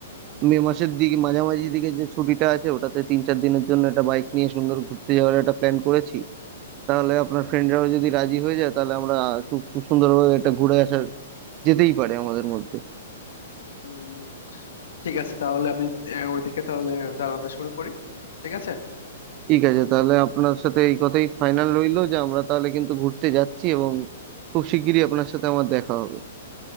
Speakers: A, on the right; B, on the left.
A: মে মাসের দিকে মাঝামাঝি দিকে যে ছুটিটা আছে ওটাতে তিন চার দিনের জন্য একটা বাইক নিয়ে সুন্দর ঘুরতে যাওয়ার একটা প্ল্যান করেছি তাহলে আপনার
B: হুম
A: ফ্রেন্ডরাও যদি রাজি হয়ে যায় তাহলে আমরা খুব খুব সুন্দরভাবে এটা ঘুরে আসার যেতেই পারে আমাদের মধ্যে
B: হুম ঠিক আছে তাহলে আমি আহ, ওইদিকে তাহলে জানাতে শুরু করি ঠিক আছে
A: ঠিক আছে তাহলে আপনার সাথে এই কথাই ফাইনাল রইলো যে আমরা তাহলে কিন্তু ঘুরতে যাচ্ছি এবং খুব শিগগিরই আপনার সাথে আমার দেখা হবে